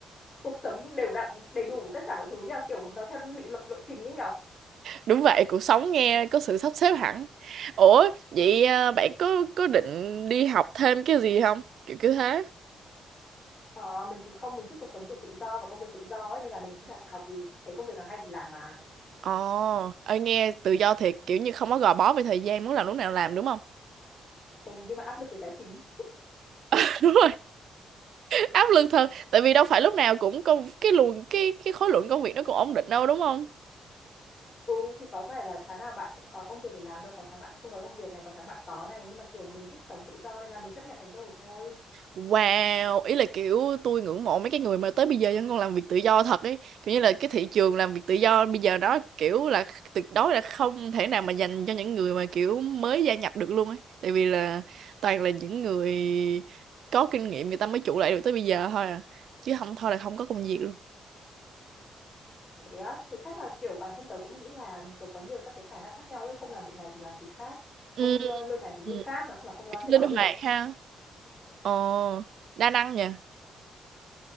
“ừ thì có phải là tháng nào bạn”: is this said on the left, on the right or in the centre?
Left